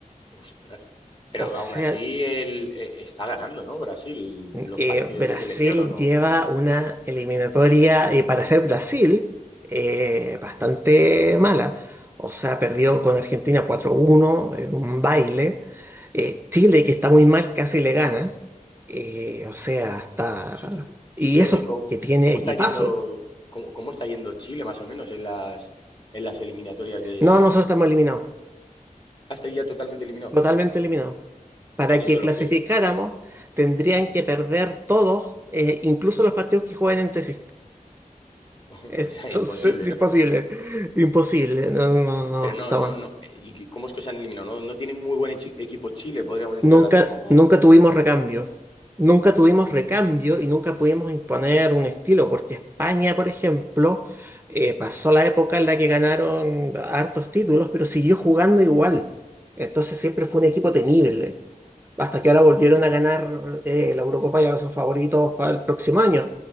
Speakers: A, on the left; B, on the right.
A: Ostras. Pero
B: O sea,
A: aún así él eh, está ganando, ¿no? Brasil,
B: eh,
A: los partidos
B: Brasil
A: de selección o no.
B: lleva una eliminatoria, eh, para ser Brasil, eh, bastante mala. O sea, perdió con Argentina cuatro uno en un baile. Eh, Chile, que está muy mal, casi le gana. Eh, o sea, está...
A: Eso te,
B: Y
A: eso te iba
B: eso
A: a decir, ¿cómo,
B: que tiene
A: cómo
B: equipazo.
A: está yendo, cómo, cómo está yendo Chile más o menos en las, en las eliminatorias de...
B: No, nosotros estamos eliminados,
A: Hasta ya totalmente eliminados.
B: totalmente eliminados. Para
A: ¿Quiénes
B: que
A: son
B: clasificáramos,
A: los que...?
B: tendrían que perder todos, eh, incluso los partidos que juegan entre sí.
A: <laughs>
B: Entonces,
A: O sea, imposible,
B: <laughs> imposible,
A: ¿no?
B: imposible. No, no, no, no,
A: Pero no,
B: estamos,
A: no, no. ¿Y qué- cómo es que os han eliminado? ¿No, no tienen muy buen echi- equipo Chile, podríamos decir
B: Nunca,
A: ahora mismo? ¿O?
B: nunca tuvimos recambio. Nunca tuvimos recambio
A: Mm,
B: y nunca pudimos imponer un estilo, porque España, por ejemplo, eh, pasó la época en la que ganaron hartos títulos, pero siguió jugando igual. Entonces siempre fue un equipo temible. Hasta que ahora volvieron
A: mm,
B: a ganar eh, la Eurocopa y ahora son favoritos para el próximo año.